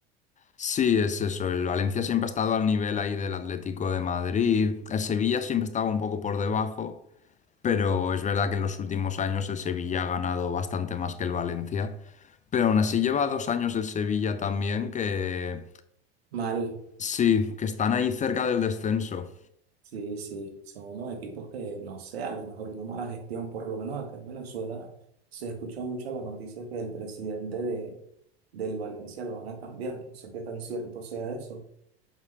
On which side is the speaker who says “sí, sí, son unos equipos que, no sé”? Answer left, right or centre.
Right